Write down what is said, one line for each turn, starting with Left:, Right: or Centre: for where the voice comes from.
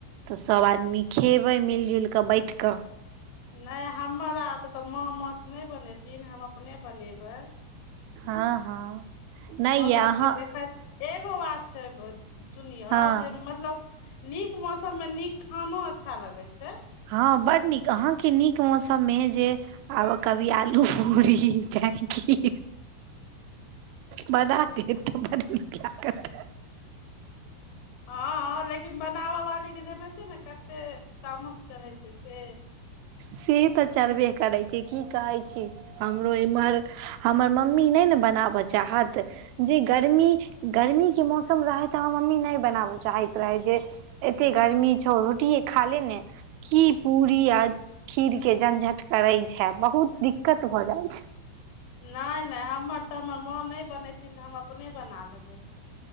Right: तऽ सभ आदमी खेबै मिलि जुलि कऽ बैठ कऽ
Left: नहि हमर आ तऽ तऽ माँ माछ नहि बनेथिन हम अपने बनेबै
Right: हँ हँ नहि
Left: मौसम
Right: यऽ अहाँ
Left: के देखत एगो बात छै सुनियौ
Right: हँ
Left: जे मतलब नीक मौसममे नीक खानो अच्छा लगै छै
Right: हँ बड नीक अहाँके नीक मौसममे जे आब कभी आलू पूरी जाकी बना दे तऽ बड निक लागत
Left: हँ लेकिन बनाबऽ वाली के जनै छियै न कते तामस चढ़ै छै से
Right: सीढी तऽ चढबे करै छी की कहै छी हमरो इमहर हमर मम्मी नहि ने बनाबऽ चाहत जे गर्मी गर्मीके मौसम रहै तऽ अहाँ मम्मी नहि बनाबय चाहैत रहै जे एते गर्मी छौ रोटिये खा ले ने कि पुरी आ खीर के झंझट करे छै बहुत दिक्कत भऽ जाय छै
Left: नहि नहि हमर तऽ हमर माँ नहि बनेथिन तऽ हम अपने बना लेबै